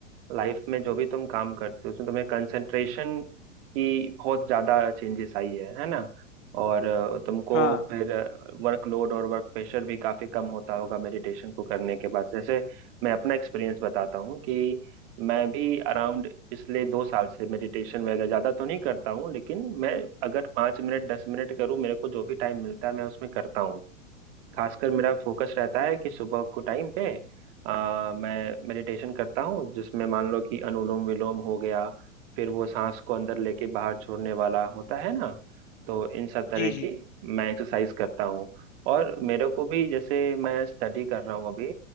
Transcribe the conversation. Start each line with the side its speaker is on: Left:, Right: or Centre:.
Right: लाइफ में जो भी तुम काम करते हो उसमें तुम्हें कंसंट्रेशन की बहुत ज्यादा चेंजेस आई है है ना और अ, तुमको
Left: हाँ
Right: फिर वर्कलोड और वर्क प्रेशर भी काफी कम होता होगा मेडिटेशन को करने के बाद जैसे मैं अपना एक्सपीरियंस बताता हूँ कि मैं भी अराउंड पिछले दो साल से मेडिटेशन वगैरह ज्यादा तो नहीं करता हूँ लेकिन मैं अगर पाँच मिनट दस मिनट करूँ मेरे को जो भी टाइम मिलता है मैं उसमें करता हूँ खासकर मेरा फोकस रहता है कि सुबह को टाइम पे आ, मैं मेडिटेशन करता हूँ जिसमें मान लो कि अनुलोम विलोम हो गया फिर वो सांस को अंदर लेके बाहर छोड़ने वाला होता है ना तो इन सब तरह
Left: जी जी
Right: की मैं एक्सरसाइज करता हूँ और मेरे को भी जैसे मैं स्टडी कर रहा हूँ अभी